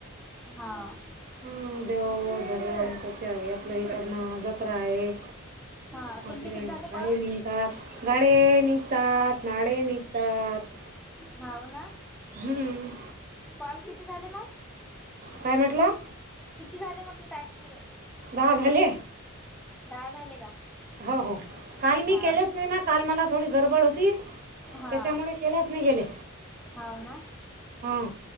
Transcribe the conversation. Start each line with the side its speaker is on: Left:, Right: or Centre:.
Centre: हा.
Right: ह देवधरम त्याच्या आहे यातलं हे करण जत्रा आहे.
Centre: हा.
Right: आपले
Centre: तुमचे किती झाले
Right: गाळे
Centre: कॉल
Right: निघतात गाळे निघतात नाळे निघतात.
Centre: हा हाव ना.
Right: हम्म.
Centre: कॉल किती झाले मग?
Right: काय म्हटला?
Centre: किती म्हंटले झाले टॅक्स पुरे?
Right: दहा झाले.
Centre: दहा झाले का?
Right: हो हो काल मी
Centre: हाव
Right: केलेच नाही ना, काल मला थोडी गडबड होती
Centre: हा
Right: त्याच्यामुळे केल्यात नाही गेले.
Centre: हाव ना.
Right: हां